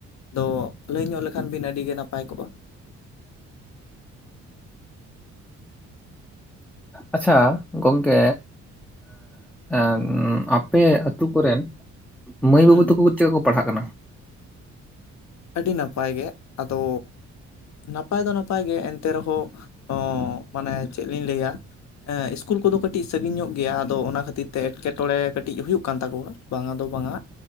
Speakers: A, on the left (about 65°); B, in the centre.
A: ᱟᱫᱚ ᱞᱟᱹᱭ ᱧᱚᱜ ᱞᱮᱠᱷᱟᱱ ᱵᱤᱱ ᱟᱹᱰᱤᱜᱮ ᱱᱟᱯᱟᱭ ᱠᱚᱜᱼᱟ᱾
B: ᱟᱪᱪᱷᱟ ᱜᱚᱝᱠᱮ᱾ ᱮᱸ ᱟᱯᱮ ᱟᱛᱩ ᱠᱚᱨᱮᱱ ᱢᱟᱹᱭ
A: ᱦᱩᱸ
B: ᱵᱟᱹᱵᱩ ᱛᱟᱠᱚ ᱪᱤᱠᱟ ᱠᱚ ᱯᱟᱲᱦᱟᱜ ᱠᱟᱱᱟ?
A: ᱟᱹᱰᱤ ᱱᱟᱯᱟᱭ ᱜᱮ ᱟᱫᱚ ᱱᱟᱯᱟᱭ ᱫᱚ ᱱᱟᱯᱟᱭ ᱜᱮᱭᱟ ᱮᱱᱛᱮ ᱨᱮᱦᱚᱸ ᱢᱟᱱᱮ ᱪᱮᱫ ᱞᱤᱧ ᱞᱟᱹᱭᱟ ᱮᱸ ᱤᱥᱠᱩᱞ ᱠᱚᱫᱚ ᱠᱟᱹᱴᱤᱡ ᱥᱟᱺᱜᱤᱧ ᱧᱚᱜ ᱜᱮᱭᱟ ᱟᱫᱚ ᱚᱱᱟ ᱠᱷᱟᱹᱛᱤᱨ ᱛᱮ ᱮᱴᱠᱮᱴᱚᱬᱮ ᱠᱟᱹᱴᱤᱡ ᱦᱩᱭᱩᱜ ᱠᱟᱱ ᱛᱟᱠᱚᱣᱟ᱾ ᱵᱟᱝ ᱫᱚ ᱵᱟᱝᱟ